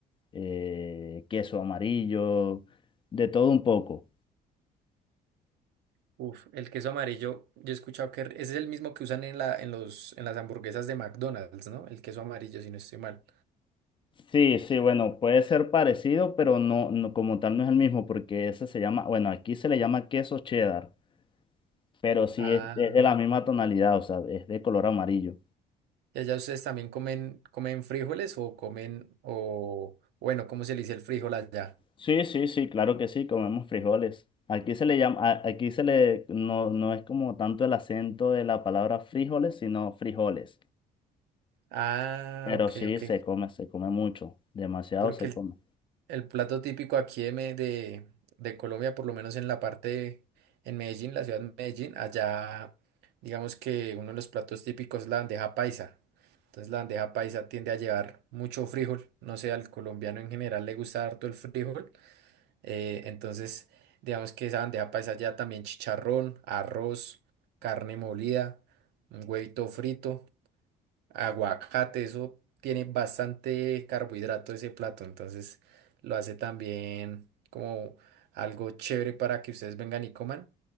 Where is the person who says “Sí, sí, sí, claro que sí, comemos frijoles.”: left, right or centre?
Left